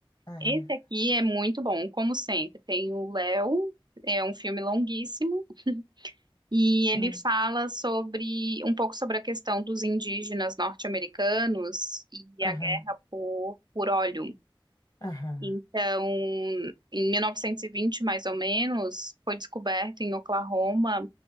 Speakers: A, on the left (about 45°); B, on the right (about 50°).
A: É.
B: Esse aqui é muito bom, como sempre. Tem o Léo, é um filme longuíssimo, e ele
A: é.
B: fala sobre um pouco sobre a questão dos indígenas norte-americanos e
A: Aham,
B: a guerra por, por óleo.
A: aham,
B: Então, em 1920, mais ou menos, foi descoberto em Oklahoma